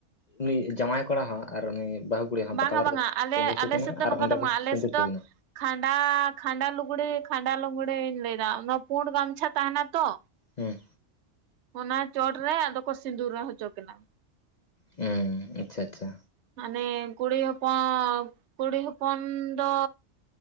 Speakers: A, on the left; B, on the right.
A: ᱩᱱᱤ ᱡᱟᱶᱟᱭ ᱠᱚᱲᱟ ᱦᱚᱸ ᱟᱨ ᱩᱱᱤ ᱵᱟᱹᱦᱩ ᱠᱩᱲᱤ ᱦᱚᱸ
B: ᱵᱟᱝᱼᱟ
A: ᱯᱟᱛᱲᱟ ᱨᱮᱠᱚ
B: ᱵᱟᱝᱼᱟ ᱟᱞᱮ
A: ᱛᱤᱸᱜᱩ ᱦᱚᱪᱚ
B: ᱟᱞᱮ
A: ᱠᱤᱱᱟ
B: ᱥᱮᱫ
A: ᱟᱨ
B: ᱫᱚ ᱱᱚᱝᱠᱟ
A: ᱚᱸᱰᱮ
B: ᱫᱚ
A: ᱠᱚ
B: ᱵᱟᱝ ᱟᱞᱮ
A: ᱥᱤᱸᱫᱩᱨ
B: ᱥᱮᱫ
A: ᱦᱚᱪᱚ
B: ᱫᱚ
A: ᱠᱤᱱᱟ
B: ᱠᱷᱟᱸᱰᱟ ᱠᱷᱟᱸᱰᱟ ᱞᱩᱜᱽᱲᱤ ᱠᱷᱟᱸᱰᱟ ᱞᱩᱜᱽᱲᱤᱧ ᱞᱟᱹᱭᱟ ᱚᱱᱟ ᱯᱩᱸᱰ ᱜᱟᱢᱪᱷᱟ ᱛᱟᱦᱮᱱ ᱟ ᱛᱚ
A: ᱦᱩᱸ
B: ᱚᱱᱟ ᱪᱚᱴ ᱨᱮ ᱟᱫᱚ ᱠᱚ ᱥᱤᱸᱫᱩᱨ ᱨᱟ ᱦᱚᱪᱚ ᱠᱤᱱᱟ
A: ᱦᱩᱸ ᱟᱪᱪᱷᱟ ᱟᱪᱪᱷᱟ
B: ᱢᱟᱱᱮ ᱠᱩᱲᱤ ᱦᱚᱯᱚᱱ ᱠᱩᱲᱤ ᱦᱚᱯᱚᱱ ᱫᱚ